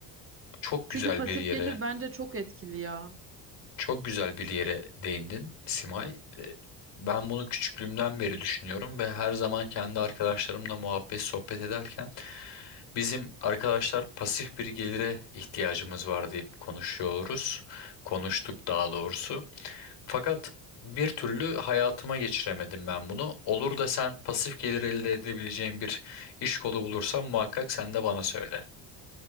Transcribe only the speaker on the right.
Çünkü
pasif
gelir bence çok etkili ya.